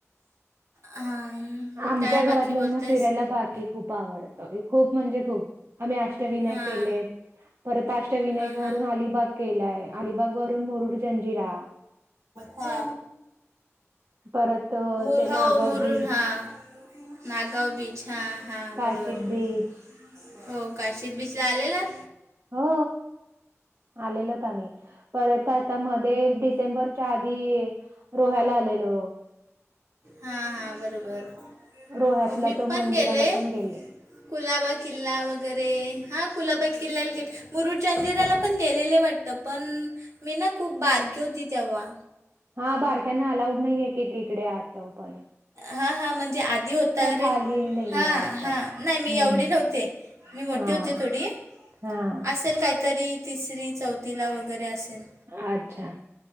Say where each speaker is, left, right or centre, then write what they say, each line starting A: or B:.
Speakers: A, on the right (about 75°); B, on the right (about 55°).
A: हां
B: आमच्या
A: काय
B: घरातल्यांना
A: बाकी बोलतेस
B: फिरायला बाकी खूप आवडत. तरी खूप म्हणजे खूप आम्ही आष्ट ''--'' अष्टविनायक
A: हां
B: केलेत परत अष्टविनायक
A: हां
B: वरून
A: हां
B: अलिबाग. केलाय अलिबाग वरून मुरुड जंजिरा.
A: हा
B: परत अ,
A: मुळ
B: ते नागाव
A: हवं मुरून
B: बीच,
A: हा. नागगाव बीच हा हा
B: काशी
A: बरोबर.
B: बीच
A: हो काशी बिचला आलेलात.
B: हो आलेलोत आम्ही. परत आता मध्ये डिसेंबरच्या आधी रोहायला आलेलो.
A: हा हा बरोबर.
B: रोह्यातला
A: हो, मी
B: तो
A: पण
B: मंदिराला
A: गेले
B: पण गेले.
A: कुलाबा किल्ला वगैरे हां कुलाबा किल्ल्याला गेलो. मुरुड जगिराला पणं गेलेले वाटतं पणं मी नां खूंप बारकी होती तेंव्हा.
B: हां बारक्यांना अलाऊड नाहीये की तिकडे आतं पणं
A: हां हां म्हणजे आधी होता
B: खालील
A: रे
B: नाहीये
A: हां
B: वाटत.
A: हां नाहीं मी
B: हम्म.
A: एवढी नव्हते. मी मोठीे
B: हा.
A: होतें थोडी
B: हा.
A: असेल कांहीतरी तिसरी चौथीलां वगैरें असेल.
B: अच्छा.